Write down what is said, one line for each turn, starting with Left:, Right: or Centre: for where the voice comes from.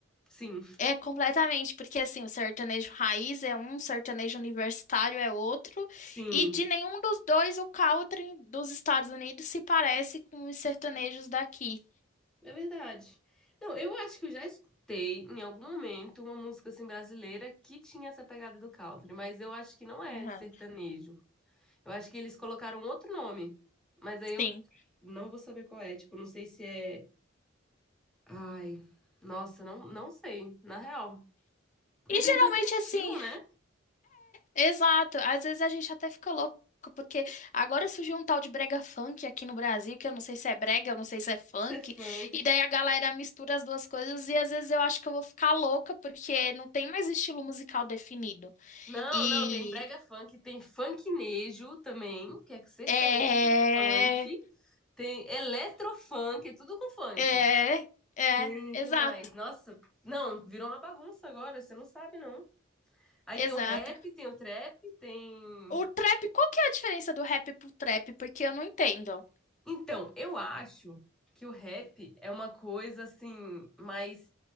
Centre: sim,
Left: É completamente, porque assim, o sertanejo raiz é um, o sertanejo universitário é outro,
Centre: sim.
Left: e de nenhum dos dois o country dos Estados Unidos se parece com os sertanejos daqui.
Centre: É verdade. Não, eu acho que eu já escutei em algum momento uma música assim brasileira que tinha essa pegada do country, mas eu acho que não é
Left: Aham,
Centre: sertanejo. Eu acho que eles colocaram um outro nome, mas aí eu
Left: Sim.
Centre: não vou saber qual é. Tipo, não sei se é. Ai, nossa, não, não sei, na real. Porque
Left: E
Centre: tem
Left: geralmente
Centre: tanto estilo,
Left: assim,
Centre: né?
Left: exato, às vezes a gente até fica louco, porque agora surgiu um tal de brega funk aqui no Brasil, que eu não sei se é brega, eu não sei se é funk,
Centre: Ser funk.
Left: e daí a galera mistura as duas coisas e às vezes eu acho que eu vou ficar louca, porque não tem mais estilo musical definido.
Centre: Não,
Left: E
Centre: não, tem brega funk, tem funknejo também, que é sertanejo
Left: É,
Centre: com funk, tem eletrofunk, é tudo com funk.
Left: é, é,
Centre: Tem,
Left: exato,
Centre: que mais? Nossa, não, virou uma bagunça agora, você não sabe, não. Aí
Left: exato.
Centre: tem o rap, tem o trap, tem.
Left: O trap, qual que é a diferença do rap pro trap? Porque eu não entendo.
Centre: Então, eu acho que o rap é uma coisa assim, mais